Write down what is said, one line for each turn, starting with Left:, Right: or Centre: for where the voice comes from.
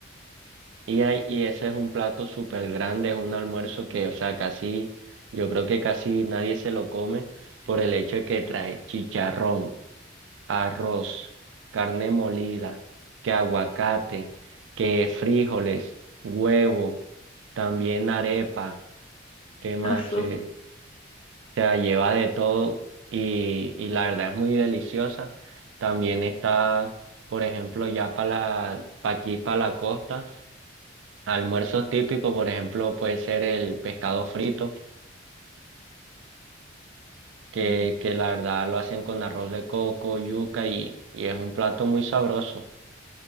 Right: Y, hay- y ese es un plato súper grande, es un almuerzo que, o sea, casi, yo creo que casi nadie se lo come por el hecho de que trae chicharrón, arroz, carne molida, que aguacate, que frijoles, huevo, también arepa, ¿qué más?
Left: Ah, su.
Right: Se, o sea, lleva de todo y, y la verdad es muy deliciosa. También está, por ejemplo, ya para la, pa' aquí, para la costa. Almuerzos típicos, por ejemplo, puede ser el pescado frito, que,
Left: Mm.
Right: que la verdad lo hacen con arroz de coco, yuca y, y es un plato muy sabroso.